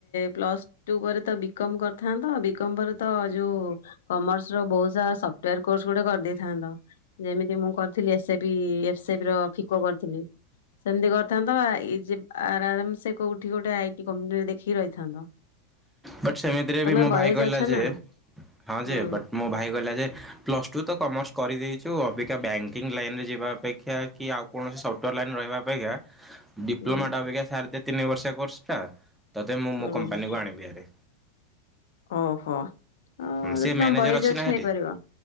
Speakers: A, on the left; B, in the centre.
A: ପ୍ଲସ ଟୁ ପରେ ତ ବି କମ୍ କରିଥାନ୍ତ ବି ବି କମ ପରେ ତ ଯୋଉ କମର୍ସ ର ବହୁତ ସାରା ସଫ୍ଟୱୟାର କୋର୍ସ ଗୋଟେ କରିଦେଇଥାନ୍ତ। ଯେମିତି ମୁଁ କରିଥିଲି ଏସ୍ ସେ ପି ଏଫ ସେ ପି ର ଫିକୋ କରିଥିଲି ସେମିତି କରିଥାନ୍ତ ନା ଇଜି ଆର ଆରାମ ସେ କୋଉଠି ଗୋଟେ ଆଇ ଟି କମ୍ପାନୀରେ ଦେଖିକି ରହିଥାନ୍ତ।
B: ବଟ୍ ସେମିତିରେ
A: ତମେ
B: ବି ମୋ
A: ବଏଜ
B: ଭାଇ କହିଲା
A: ଅଛ
B: ଯେ।
A: ନା
B: ହଁ
A: ହୁଁ
B: ଯେ, ବଟ୍ ମୋ ଭାଇ କହିଲା ଯେ, ପ୍ଲସ ଟୁ ତ କମର୍ସ କରିଦେଇଚୁ ଅବି କା ବ୍ୟାଙ୍କିଙ୍ଗ୍ ଲାଇନ ରେ ଯିବା ଅପେକ୍ଷା କି ଆଉ କୌଣସି ସଫ୍ଟୱୟାର ଲାଇନରେ ରହିବା ଅପେକ୍ଷା ଡିପ୍ଲୋମା
A: ହୁଁ
B: ଟା ଅବିକା ସାରଦେ ତିନି ବର୍ଷଆ କୋର୍ସଟା ତୋତେ ମୁଁ
A: ହୁଁ
B: ମୋ କମ୍ପାନୀକୁ ଆଣିବି ହେରି।
A: ଓହୋ ଅଁ
B: ହୁଁ ସେ
A: ଯଦି ତମ
B: ମ୍ୟାନେଜର
A: ବଏଜ ଅଛି
B: ନା ହେଠି
A: ହେଇପାରିବ